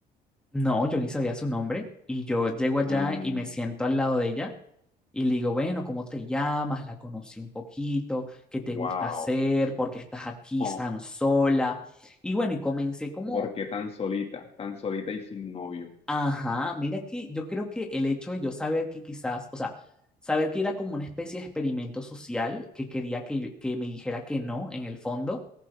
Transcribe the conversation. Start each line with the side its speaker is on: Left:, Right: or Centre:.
Centre: No, yo ni sabía su nombre y yo llego allá
Left: Mm,
Centre: y me siento al lado de ella y le digo, bueno, ¿cómo te llamas? La conocí un poquito, ¿qué te
Left: wow,
Centre: gusta hacer? ¿Por qué estás aquí
Left: oh,
Centre: tan sola? Y bueno, y comencé como
Left: ¿por qué tan solita, tan solita y sin novio?
Centre: Ajá, mira que yo creo que el hecho de yo saber que quizás, o sea, saber que era como una especie de experimento social que quería que, yo- que me dijera que no, en el fondo,